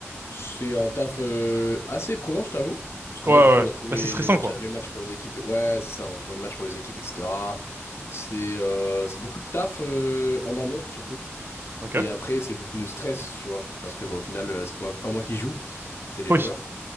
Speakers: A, on the left (about 60°); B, on the right (about 50°).
A: c'est un taf euh, assez éprouvant, je t'avoue. Parce qu'en
B: Ouais, ouais.
A: fait, du coup, on
B: ouais.
A: doit trouver
B: Bah, c'est
A: les,
B: stressant,
A: les matchs,
B: quoi.
A: les matchs pour les équipes. Ouais, c'est ça, on trouve les matchs pour les équipes, etc. C'est euh, c'est beaucoup de taf euh, en amont, surtout.
B: Ok.
A: Et après, c'est beaucoup de stress, tu vois. Parce que, bah, au final, euh, c'est pas, pas moi qui joue, c'est les
B: Oui.
A: joueurs.